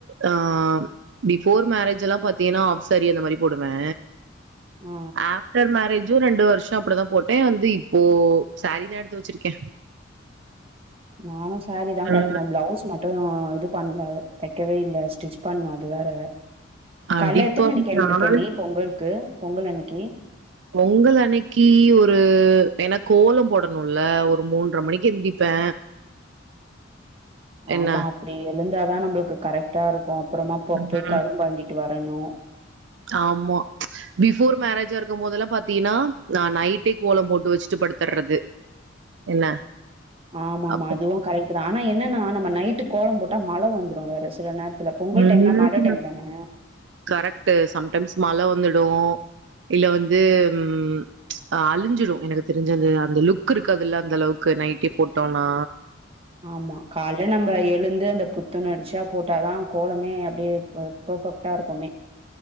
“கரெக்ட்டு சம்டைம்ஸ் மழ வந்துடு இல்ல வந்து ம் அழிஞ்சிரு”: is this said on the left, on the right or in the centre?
Right